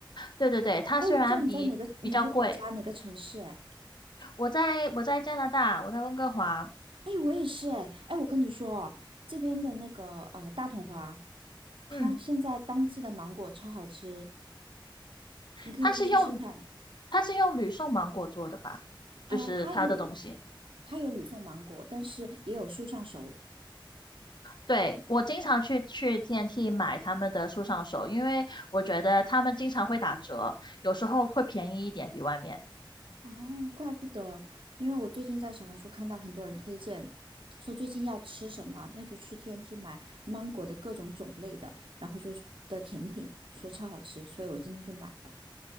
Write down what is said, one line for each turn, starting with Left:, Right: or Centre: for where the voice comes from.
Left: 对对对，它虽然比比较贵，
Right: 哎，我不知道你在哪个哪个国家哪个城市哎。
Left: 我在我在加拿大，我在温哥华，
Right: 哎，我也是哎。哎，我跟你说哦，这边的那个呃大统华，它现在当季的芒果超好吃，
Left: 嗯，
Right: 你可以去试试看。
Left: 它是用它是用吕宋芒果做的吧，
Right: 呃，
Left: 就是它的东西。
Right: 它有它有吕宋芒果，但是也有树上熟。
Left: 对，我经常去去 TNT 买他们的树上手，因为我觉得他们经常会打折，有时候会便宜一点比外面。
Right: 哦，怪不得，因为我最近在小红书看到很多人推荐，说最近要吃什么，那就去 TNT 买芒果的各种种类的，然后就是的甜品，说超好吃，所以我今天就买了。